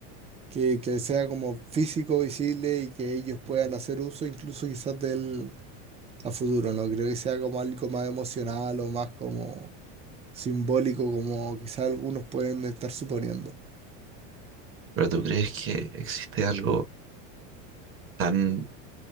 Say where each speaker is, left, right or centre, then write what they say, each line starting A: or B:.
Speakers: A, on the right (about 15°); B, on the right (about 35°).
A: que, que sea como físico, visible y que ellos puedan hacer uso incluso quizás del a futuro, ¿no? Creo que sea como algo más emocional o más como simbólico, como quizás algunos pueden estar suponiendo.
B: ¿Pero tú crees que existe algo tan,